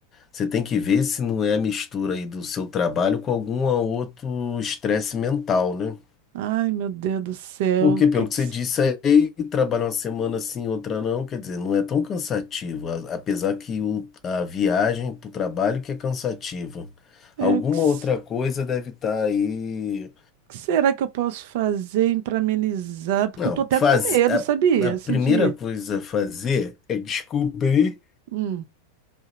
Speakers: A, on the left (about 25°); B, on the right (about 50°).
A: Você tem que ver se não é a mistura aí do seu trabalho com algum outro estresse mental, né?
B: Ai, meu Deus do céu.
A: Porque,
B: O
A: pelo
B: que, que,
A: que você
B: se-
A: disse aí, trabalhar uma semana sim, outra não, quer dizer, não é tão cansativo, a- apesar que o, a viagem para o trabalho que é cansativa.
B: é,
A: Alguma
B: o que, se-
A: outra coisa deve estar aí.
B: o que será que eu posso fazer para amenizar? Porque
A: Não,
B: eu tô até
A: faz,
B: com medo,
A: a,
B: sabia?
A: a primeira
B: Assim, de.
A: coisa a fazer é descobrir
B: Hum.